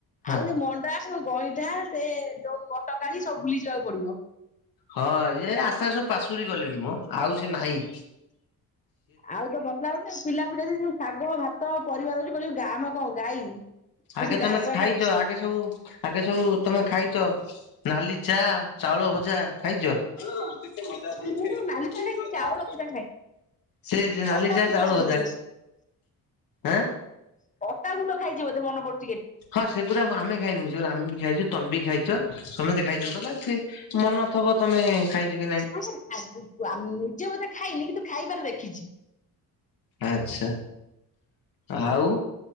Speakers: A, on the left; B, on the left.
A: ହଁ
B: ଆଉ ଏ ମଣ୍ଡା ଗଇଁଠା ସେ ଯୋଉ ବଟକାଳୀ ସବୁ ଭୁଲି ଯିବାକୁ ପଡିବ।
A: ହଁ ଏ ଆଶା ସବୁ ପାଶୁରି ଗଲେଣି ମ ଆଉ ସେ ନାଇଁ।
B: ଆଉ ତ ଭଲ ଲାଗୁନି ପିଲାଙ୍କୁ ଯଦି ଯୋଉ ଶାଗ, ଭାତ, ପରିବା ଦଉଛୁ କଉଚନ୍ତି ଆମେ କଣ ଗାଈ।
A: ଆଗେ ତମେ
B: ଘାସ
A: ଖାଇଛ
B: ଖାଇ
A: ଆଗେ ସବୁ ଆଗେ ସବୁ ତମେ ଖାଇଛ ନାଲି ଚା ଚାଉଳ ଭଜା ଖାଇଛ? ହଁଁ ସେତେ ମଜା ଦିଏ
B: ମୁଁ ନାଲି ଚା
A: ମୁଁ
B: ଖାଇ ଚାଉଳ
A: ତ ଚା
B: ଭଜା ଖାଏ
A: ସେ ଯା ନାଲି
B: ଅଟା
A: ଚା
B: ଗୁଣ୍ଡ
A: ଚାଉଳ
B: ଖାଇଛି
A: ଭଜା
B: ବୋଧେ
A: ଆଁ
B: ଅଟା ଗୁଣ୍ଡ ଖାଇଛି ବୋଧେ ମନେ ପଡୁ
A: ହଁ ସେଗୁରା ଆମେ ଖାଇନୁ ଗି ସେଗୁରା ଆମେ ବି ଖାଇଛୁ ତମେ ବି ଖାଇଛ ସମତେ ଖାଇଛନ୍ତି ତଥାପି ସେ ମନ ନଥିବ ତମେ ଖାଇଛ କି ନାଇଁ?
B: <unintelligible> ଆମେ ନିଜେ ବୋଧେ ଖାଇନି କିନ୍ତୁ ଖାଇବାର ଦେଖିଛି।
A: ଆଛା ଆଉ